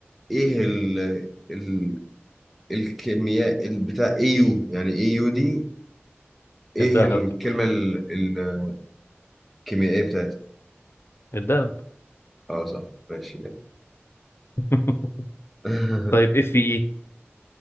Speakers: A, in the centre; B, on the left (about 65°).
A: ايه ال ال الكيمياء البتاع اي يو يعني اي يو دي ايه
B: الدهب
A: الكلمة ال- الكيميائية بتاعتها
B: الدهب
A: اه صح ماشي
B: <laughs>
A: <laughs>
B: طيب اف اي إيه؟